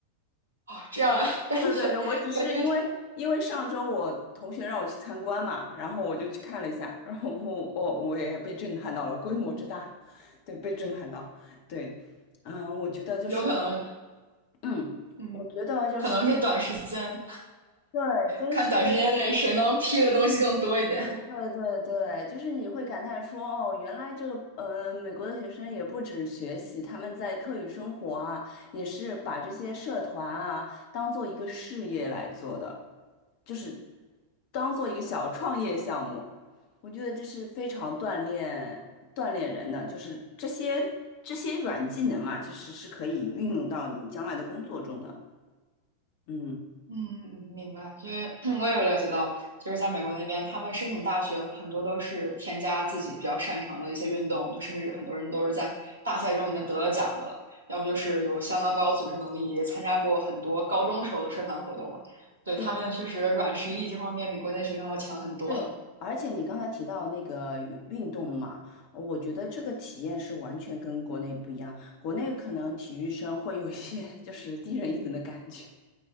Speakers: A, on the right (about 70°); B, on the left (about 45°).
A: 哦，这样呀，<laughs> 感觉感觉真
B: 对对对，我只是因为因为上周我同学让我去参观嘛，然后我就去看了一下，然后我我我也被震撼到了，规模之大，对，被震撼到，对，嗯，我觉得就是，
A: 有可能，
B: 嗯，
A: 嗯，
B: 我觉得就是。
A: 可能是短时间。
B: 对，就是
A: 看短时间内谁能批的东西更多一点。
B: 对对对，就是你会感叹说，哦，原来这个呃，美国的学生也不止学习，他们在课余生活啊，也是把这些社团啊当做一个事业来做的，就是当做一个小创业项目。我觉得这是非常锻炼锻炼人的，就是这些这些软技能嘛，其实是可以运用到你将来的工作中的。嗯，
A: <laughs> 嗯，嗯明白。因为我也有了解到，就是在美国那边，他们申请大学很多都是添加自己比较擅长的一些运动，就甚至很多人都是在大赛中已经得了奖的了，要不就是有相当高组织能力，也参加过很多高中时候的社团活动了。对，
B: 对。
A: 他们确实软实力这方面比国内学生要强很多。
B: 对，而且你刚才提到那个运运动嘛，我觉得这个体验是完全跟国内不一样。国内可能体育生会有一些 <laughs> 就是低人一等的感觉，